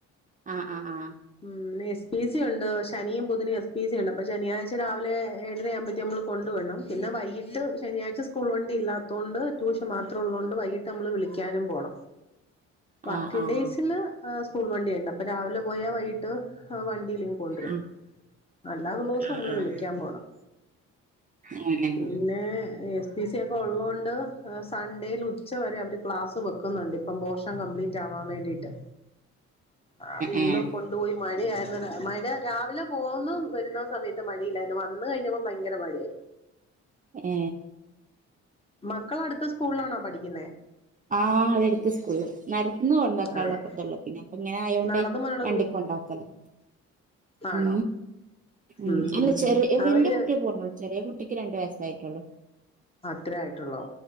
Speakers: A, on the right; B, on the left.
A: ആാ ആാ ആാ
B: ഉം എസ് പി സി ഒണ്ട് ശനിയും ബുധനും എസ് പി സി ഒണ്ട് അപ്പം ശനിയാഴ്ച രാവിലെ ഏഴര ആമ്പോത്തേ നമ്മള് കൊണ്ട് വിടാണം പിന്നെ വൈകിട്ട് ശനിയാഴ്ച സ്കൂൾ വണ്ടി ഇല്ലാത്തോണ്ട് ട്യഷൻ മാ ത്രള്ളോണ്ട് വൈകട്ട് നമ്മള് വിളിക്കാനും പോണം വർക്കിൻ
A: ആഹ് ആഹ് ആഹ് ആഹ്
B: ഡേയ്സില് ആ സ്കൂൾ വണ്ടിയോണ്ട് അപ്പൊ രാവിലെ പോയാ വൈകിട്ട് ആ വണ്ടില് ഇങ്ങ് കൊണ്ട് വെരും
A: ഉം
B: അല്ലാതോള്ള ദിസം
A: ആഹ്
B: നമ്മള്
A: ആഹ്
B: വിളിക്കാൻ പോണം
A: <unintelligible>
B: പിന്നെ എസ് പി സി ഒക്കെ ഒള്ളോണ്ട് യെ സൺഡേയില് ഉച്ചവരെ അവര് ക്ലാസ് വെക്ക്ന്നോണ്ട് ഇപ്പം പോഷ ഷൻ കംപിറ്റ് ആവാൻ വേണ്ടിട്ട് ആ ഇന്നും
A: ഏഹ് ഏഹ്
B: കൊണ്ട് പോയി മഴ മഴ രാവിലെ പോകുന്ന വെര്ന്നാ സമയത്ത് മഴയില്ലാരുന്നു വന്ന് കഴിഞ്ഞപ്പോ ബയങ്കര മഴയായി
A: യെ
B: മക്കള് അട്ത്താ സ്കൂളിലാണോ പഠിക്ക്ന്നേ
A: ആഹ് അതെടുത്ത് സ്കൂൾ നടന്ന് കൊണ്ടാക്കാനുള്ളതേയുള്ളൂ
B: ആണ്
A: പിന്നെ അപ്പ ആയോണ്ട്
B: നടന്നു പോകാനുള്ള
A: വണ്ടിയ്ക്ക്
B: ദൂ
A: കൊണ്ടാക്കണം ഉ
B: ആണോ
A: ഉ
B: ഉം
A: അല്ല
B: ഉം
A: ചെറിയ
B: അവര്
A: വലിയ കുട്ടിയ പോണോളൂ ചെറിയ കുട്ടി ഒക്ക് രണ്ട് വയസ്സായിട്ടുള്ളു
B: അത്ര ആയിട്ടുള്ളോ